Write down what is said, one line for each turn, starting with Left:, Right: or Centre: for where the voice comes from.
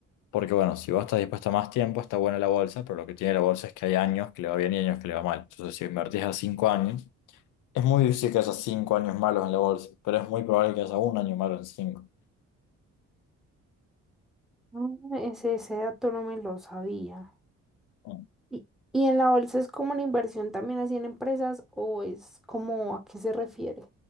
Left: Porque bueno, si vos estás dispuesto a más tiempo, está buena la bolsa, pero lo que tiene la bolsa es que hay años que le va bien y años que le va mal. Entonces, si invertís a cinco años, es muy difícil que haya cinco años malos en la bolsa, pero es muy probable que haya un año malo en cinco.
Centre: Ah, Ese, ese dato no me lo sabía.
Left: Mm.
Centre: ¿Y, y en la bolsa es como una inversión también así en empresas o es como a qué se refiere?